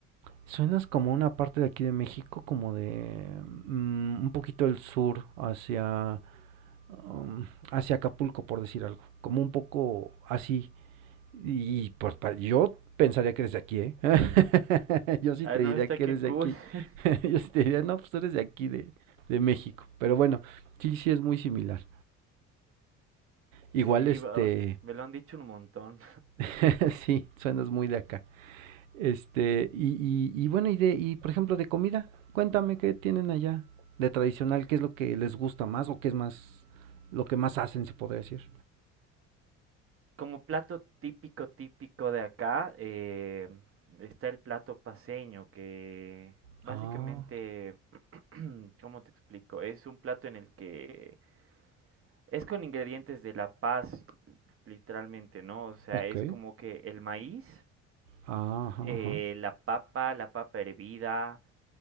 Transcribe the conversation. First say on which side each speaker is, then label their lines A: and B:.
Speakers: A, on the right (about 80°); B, on the right (about 35°).
A: suenas como una parte de aquí de México, como de mm, un poquito del sur hacia um, hacia Acapulco, por decir algo, como un poco así Y pues pa- yo pensaría que eres de aquí, ¿eh? <laughs> Yo sí
B: Ah,
A: te
B: no,
A: diría
B: está
A: que
B: qué
A: eres
B: cool.
A: de aquí.
B: <laughs>
A: <laughs> Yo sí te diría, no, pues tú eres de aquí, de, de México. Pero bueno, sí, sí es muy similar. Igual,
B: Sí,
A: este,
B: va, me lo han dicho un montón.
A: <laughs> sí, suenas muy de acá. Este, y, y, y bueno, y de, y por ejemplo, de comida, cuéntame qué tienen allá de tradicional, qué es lo que les gusta más o qué es más, lo que más hacen, se podría decir.
B: Como plato típico, típico de acá, eh, está el plato paceño, que básicamente,
A: Ah,
B: <clears throat> ¿cómo te explico? Es un plato en el que es con ingredientes de La Paz, Literalmente, ¿no? O sea,
A: ok.
B: es como que el maíz,
A: Ajá,
B: eh,
A: ajá.
B: la papa, la papa hervida,